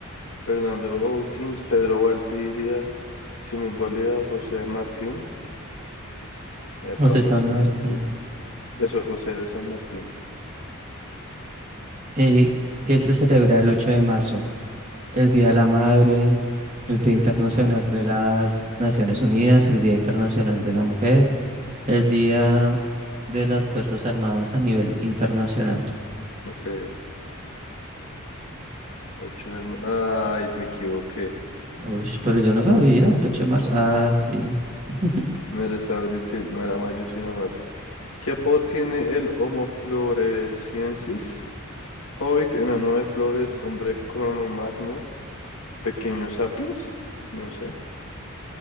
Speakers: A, on the left; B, on the right.
A: Fernando O'Higgins, Pedro Valvidia, Simón Bolívar, José Martín. Epa,
B: José
A: José
B: San Martín.
A: Martín. Eso, José de San Martín.
B: Eh, ¿qué se celebra el 8 de marzo? El Día de la Madre, el Día Internacional de las Naciones Unidas, el Día Internacional de la Mujer, el Día de las Fuerzas Armadas a nivel internacional.
A: Ok. Ocho de ma- Ay, me equivoqué.
B: Uy, pero yo no sabía, el 8 de marzo. Ah, sí. <laughs>
A: No era hasta abril, si- no era mayo, sino marzo. ¿Qué apodo tiene el Homo floresiensis? Hobbit, enano de flores, hombre cronomagno. Pequeños sapiens, no sé.